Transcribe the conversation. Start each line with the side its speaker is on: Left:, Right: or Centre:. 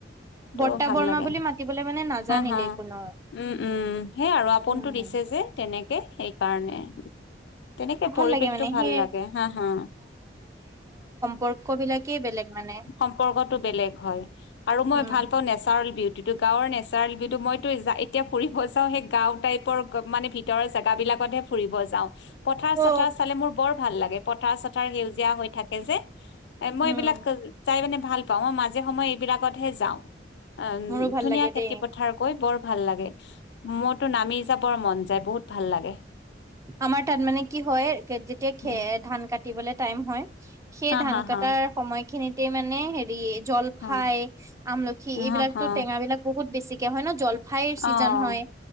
Left: সেইটো
Right: বৰ্তা
Left: ভাল
Right: বৰৰ্মা
Left: লাগে
Right: বুলি মাতিবলে মানে নাজানিলেই
Left: হা হা
Right: কোনো।
Left: উম উম সেই আৰু আপোনতটো
Right: উম
Left: দিছে যে তেনেকে সেইকাৰণে। তেনেকে
Right: ভাল
Left: পৰিৱেশটো
Right: লাগে মানে
Left: ভাল
Right: সেই
Left: লাগে হা হা।
Right: গৰ্ক বিলাকেই বেলেগ মানে।
Left: সম্পৰ্কতটো বেলেগ হয় আৰু মই
Right: উম
Left: ভাল পাওঁ নেচাৰেল বিউটিটো গাঁৱৰ নেচাৰেল বিটো মইতো এতিয়া ফুৰিব যাওঁ সেই গাঁও টাইপৰ মানে ভিতৰৰ জেগাবিলাকতহে ফুৰিব যাওঁ পথাৰ
Right: অ
Left: চথাৰ চালে মোৰ বৰ ভাল লাগে পথাৰ চথাৰ সেউজীয়া হৈ থাকে যে। এ মই
Right: উম
Left: এইবিলাক চাই মনে ভাল পাওঁ মই মাজে সময়ে এইবিলাকতহে যাওঁ। অ
Right: মোৰো ভাল
Left: ধুনীয়া
Right: লাগে
Left: খেতি
Right: দেই
Left: পথাৰ গৈ বৰ ভাল লাগে, ম টো নামি যাবৰ মন যায় বহুত ভাল লাগে।
Right: আমাৰ তাত মানে কি হয় যেতিয়া খ
Left: উম,
Right: ধান কাটিবলে টাইম হয় সেই
Left: হা
Right: ধান
Left: হা
Right: কটাৰ
Left: হা
Right: সময় খিনিতে মানে হেৰি জলফাই,
Left: হা
Right: আমলখি এইবিলাকতো
Left: হা হা
Right: টেঙা বিলাক বহুত বেছিকে হয় ন। জলফাই ফাইৰ চিজন
Left: অ'
Right: হয়